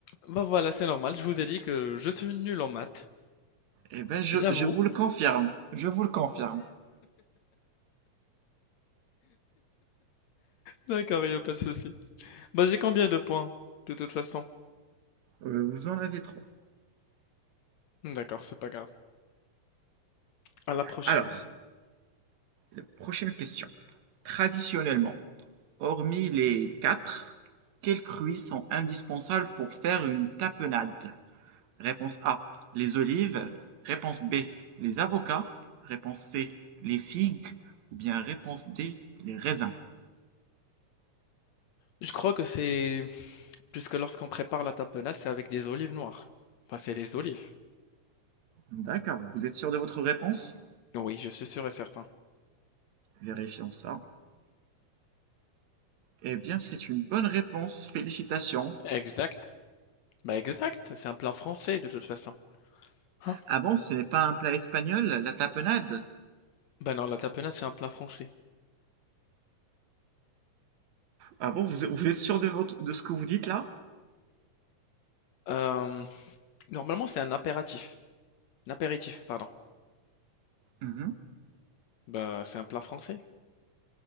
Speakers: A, on the left; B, on the right.
A: Bah, voilà, c'est normal. Je vous ai dit que je suis nul en maths,
B: Eh ben, je,
A: j'avoue.
B: je vous le confirme. Je vous le confirme.
A: D'accord, il y a pas de souci. Bah, j'ai combien de points, de toute façon?
B: Euh, vous en avez trois.
A: D'accord, c'est pas grave. À la prochaine.
B: Alors, euh, prochaine question. Traditionnellement, hormis les capres, quels fruits sont indispensables pour faire une tapenade? Réponse A. Les olives. Réponse B. Les avocats. Réponse C. Les figues. Ou bien réponse D. Les raisins.
A: Je crois que c'est puisque lorsqu'on prépare la tapenade, c'est avec des olives noires. Enfin, c'est les olives.
B: D'accord, vous êtes sûr de votre réponse?
A: Oui, je suis sûr et certain.
B: Vérifions ça. Eh bien, c'est une bonne réponse. Félicitations.
A: Exact. Bah exact, c'est un plat français de toute façon. Hein?
B: Ah bon, ce n'est pas un plat espagnol, la tapenade?
A: Bah non, la tapenade, c'est un plat français.
B: Ah bon, vous, vous êtes sûr de votre, de ce que vous dites là?
A: Euh, normalement, c'est un apéritif. Un apéritif, pardon.
B: Mhm.
A: Bah, c'est un plat français.